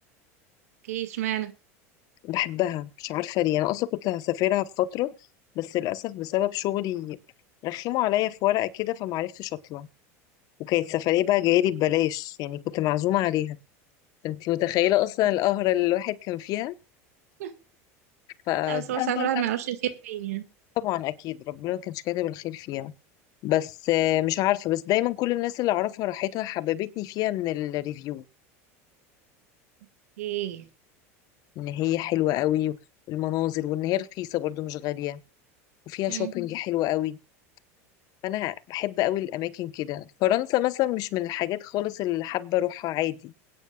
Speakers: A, on the right (about 85°); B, on the left (about 55°).
A: اوكي اشمعنى
B: بحبها مش عارفه ليه انا اصلا كنت هسافرها في فتره بس للاسف بسبب شغلي رخموا عليا في ورقه كده فمعرفتش اطلع وكانت سفريه بقى جايلي ببلاش يعني كنت معزومه عليها فانت متخيله اصلا
A: اوكي.
B: القهره اللي الواحد كان فيها
A: <laughs>
B: فطبعا
A: لا بس هو ساعات الواحد ما يعرفش الخير فين يعني
B: اكيد ربنا ما كانش كاتب الخير فيها بس آه، مش عارفه بس دايما كل الناس اللي اعرفها راحتها حببتني فيها من الريفيو
A: اوكي
B: ان هي حلوه قوي والمناظر وان هي رخيصه برضو مش غاليه وفيها
A: مم.
B: شوبينج حلوه قوي فانا بحب قوي الاماكن كده فرنسا مثلا مش من الحاجات خالص اللي حابه اروحها عادي